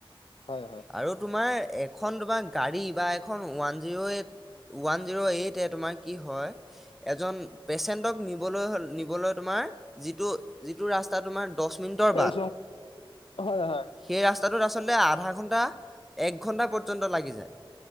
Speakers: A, on the left; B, in the centre.
A: হয় হয়
B: আৰু তোমাৰ? এখন তোমাৰ গাড়ী বা এখন ওৱান জিৰ এইট-ওৱান জিৰ এইটে তোমাৰ কি হয়। এজন পেচেণ্টক নিবলৈ-হ নিবলৈ, তোমাৰ যিটো-যিটো ৰাস্তা তোমাৰ দহ মিনিটৰ
A: এই,
B: বাট
A: হয় -হয়।
B: সেই ৰাস্তাটোত আচলতে আধা ঘণ্টা তা, এক ঘন্টা পৰ্যন্ত লাগি যায়।